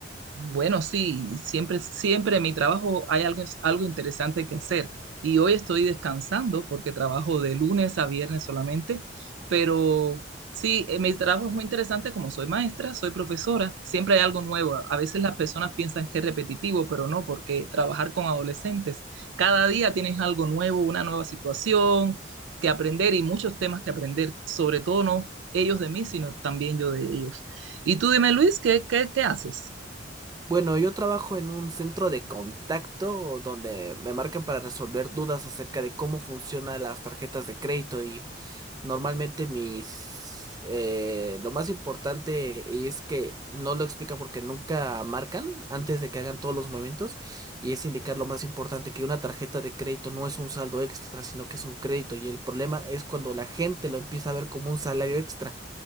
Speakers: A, on the right; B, on the right.
A: Bueno, sí, siempre, siempre en mi trabajo hay algo, algo interesante que hacer. Y hoy estoy descansando porque trabajo de lunes a viernes solamente, pero sí, eh, mi trabajo es muy interesante como soy maestra, soy profesora, siempre hay algo nuevo. A veces las personas piensan que es repetitivo, pero no, porque trabajar con adolescentes, cada día tienes algo nuevo, una nueva situación que aprender y muchos temas que aprender, sobre todo no ellos de mí, sino también yo de ellos. Y tú dime, Luis, ¿qué, qué, qué haces?
B: Bueno, yo trabajo en un centro de contacto donde me marcan para resolver dudas acerca de cómo funcionan las tarjetas de crédito Normalmente mis... eh, lo más importante es que no lo explica porque nunca marcan antes de que hagan todos los movimientos y es indicar lo más importante que una tarjeta de crédito no es un saldo extra, sino que es un crédito y el problema es cuando la gente lo empieza a ver como un salario extra.